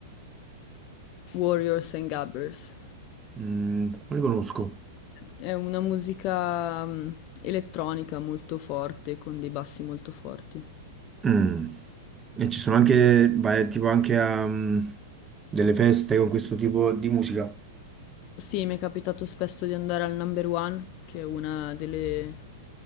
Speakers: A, on the left (about 45°); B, on the right (about 20°).
A: Warriors and Gabbers.
B: Mm, non li conosco.
A: È una musica mm, elettronica molto forte, con dei bassi molto forti.
B: Mm. E ci sono anche, vai tipo anche a mm, delle feste con questo tipo di musica.
A: Sì, mi è capitato spesso di andare al Number One, che è una delle,